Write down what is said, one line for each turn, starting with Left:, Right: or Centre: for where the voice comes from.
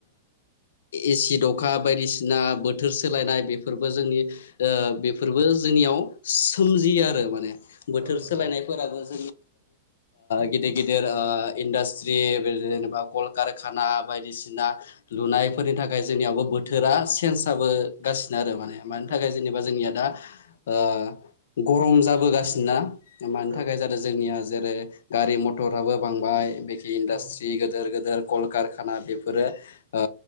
Left: एसिड अखा बायदिसिना बोथोर सोलायनाय बेफोरबो जोंनि ओ बेफोरबो जोंनियाव। सोमजियो आरो माने बोथोर
Right: औ औ नोंथां
Left: सोलायनायफोराबो <unintelligible> ओ गिदिर गिदिर ओ इनदासट्रि जेनबा कलकारखाना बायदिसिना लुनायफोरनि थाखाय जोंनियावबो बोथोरा चेनच जाबोगासिनो आरो माने मानि
Right: औ
Left: थाखाय जेनेबा जोंनिया दा ओ गरम जाबोगासिनोना? मानि थाखाय
Right: नोंथां
Left: जादों जोंनिया जेरै गारि मथराबो बांबाय बेखि इन्डासिट्रि
Right: औ औ नोंथां
Left: गदोर गदोर कल कारखाना बेफोरो आ